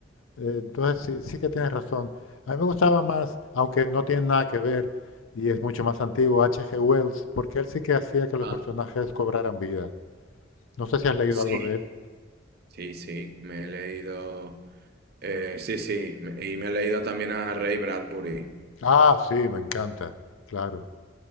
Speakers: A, on the left (about 90°); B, on the right (about 50°).
A: Eh, Entonces sí, sí que tienes razón. A mí me gustaba más, aunque no tiene nada que ver y es mucho más antiguo, H. G. Wells, porque él sí que hacía que los
B: Ah,
A: personajes cobraran vida. No sé si has leído
B: sí,
A: algo de él.
B: sí, sí, me he leído. eh, sí, sí, me- y me he leído también a Ray Bradbury.
A: Ah, sí, me encanta, claro.